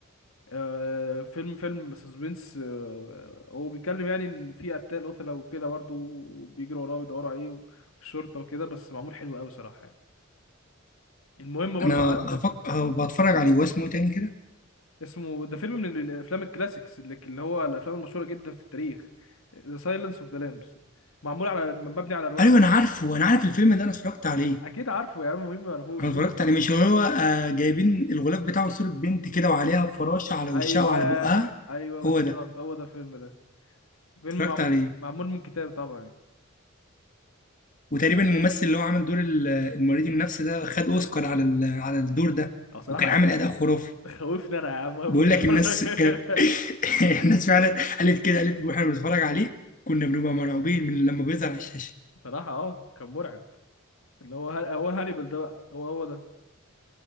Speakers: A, on the left; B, on the left.
A: آه فيلم فيلم سسبنس آه هو بيتكلم يعني ان في قتال قتله وكده برضه وبيجروا وراه ويدوروا عليه والشرطه وكده بس معمول حلو قوي صراحه يعني المهم برضه
B: انا
A: عندك
B: هفك... ه- بتفرج عليه واسمه إيه تاني كده
A: اسمه ده فيلم من الافلام الكلاسيكس اللي اللي هو الافلام المشهوره جدا في التاريخ ذا سايلنس اوف ذا لامبس معمول على مبني على روايه
B: ايوه
A: برضه
B: انا عارفه انا عارف الفيلم ده انا اتفرجت
A: أك-
B: عليه
A: اكيد عارفه يا عم مين ما يعرفوش
B: انا اتفرجت عليه مش هو آه جايبين الغلاف بتاعه صوره بنت كده وعليها فراشه على وشها
A: ايوه
B: وعلى بقها
A: ايوه بالظبط
B: هو ده
A: هو ده الفيلم ده فيلم
B: اتفرجت
A: معم-
B: عليه
A: معمول من كتاب طبعا يعني.
B: وتقريبا الممثل اللي هو عامل دور ال- المريض النفسي ده خد اوسكار على ال... على الدور ده
A: او صراحه
B: وكان
A: قعد
B: عامل اداء خرافي
A: خوفني انا يا عم وانا
B: بقول
A: بتفرج
B: لك الناس كانت
A: <laughs>
B: <laughs> الناس فعلا قالت كده قالت واحنا بنتفرج عليه كنا بنبقى مرعوبين من لما بيظهر على الشاشه
A: صراحه اه كان مرعب اللي هو هل... هو هانيبال ده بقى هو هو ده